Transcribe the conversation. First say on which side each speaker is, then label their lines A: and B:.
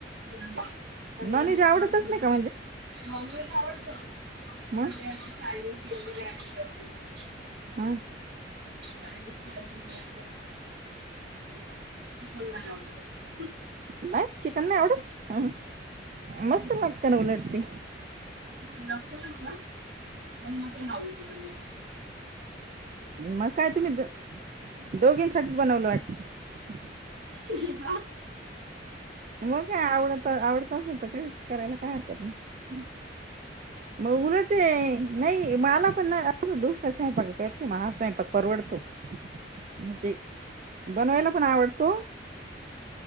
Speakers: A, on the right (about 60°); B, on the right (about 40°).
A: नाही. <unintelligible> त्यांनात
B: नॉनव्हेज आवडतच
A: म्हणजे
B: नाही का
A: नॉन वेज आवडतण
B: मग
A: ते अस चायनीज चे वगैरे आयटम <unintelligible>
B: हा
A: चायनीज चायच बरणी ऑर्डरलं त्याच्यानंतर चिकन नाही ऑर्डर <unintelligible>
B: नाहीय चिकन नाही आवडत. हा मस्त लागतं ना उलट ते.
A: तुला जमतं ना मला. पण मटण आवडत त्यांना.
B: मग काय तुम्ही दर दोघींसाठीच बनवल वाट <inaudible>
A: <unintelligible>
B: मग काय आवडत आवडतच तर करायला काय काय हरकत नाही. मग उलट नाही माला पण दुसऱ्या स्वयंपाक पेक्षा हा स्वयंपाक परवडतो. म्ह ते बनवायला पण आवडतो.